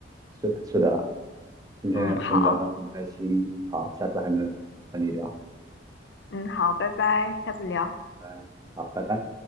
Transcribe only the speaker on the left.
嗯，好，
嗯好，拜拜，下次聊。